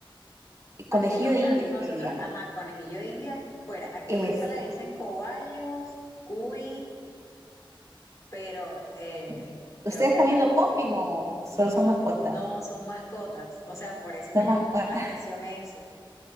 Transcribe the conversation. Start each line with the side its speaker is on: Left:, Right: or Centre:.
Left: Aquí,
Right: conejillo
Left: o
Right: de
Left: sea,
Right: indias,
Left: nosotros,
Right: creo que le llaman.
Left: ajá, conejillo de India, fuera, aquí
Right: Eso.
Left: en Venezuela dicen cobayos, cuy, pero eh,
Right: Y-
Left: creo
Right: ¿Ustedes
Left: que
Right: también
Left: hay otros.
Right: lo comen o solo
Left: No,
Right: son mascotas?
Left: no son mascotas. O sea, por eso
Right: Son
Left: me llamó
Right: mascotas.
Left: mucho la
Right: <laughs>
Left: atención eso.